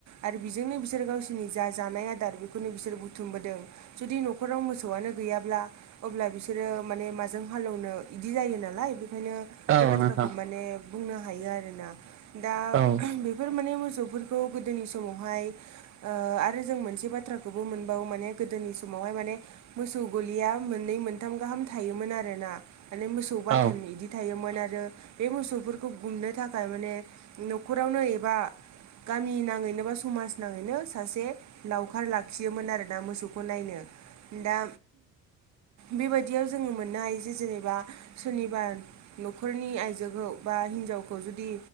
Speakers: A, on the right (about 65°); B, on the right (about 40°).
A: आरो बेजोंनो बिसोर गावसोरनि जा जानाय आदार बेखौनो बिसोर बुथुमबोदों। जुदि न'खराव मोसौआनो गैयाब्ला अब्ला बिसोरो माने माजों हालेवनो इदि जायो नालाय बेखायनो
B: औ
A: बे बाथ्राखौ
B: नोंथां
A: माने बुंनो हायो आरोना दा
B: औ
A: बे फोर माने मोसौफोरखौ गोदोनि समावहाय ओ आरो जों मोनसे बाथ्राखौबो मोनबावो माने गोदोनि समावहाय माने मोसौ गलिया मोननै मोनथाम गाहाम थायोमोन आरोना माने मोसौ बाथोन
B: औ
A: इदि थायोमोन आर जो बे मोसौफोरखौ गुमनो थाखाय माने न'खरावनो एबा गामि नाङैनो बा समाज नाङैनो सासे लावखार लाखियोमोन आरोना मोसौखौ नायनो दा बेबायदियाव जोङो मोननो हायो जे जेनेबा सुनिबार न'खरनि आइजोखौ बा हिनजावखौ जुदि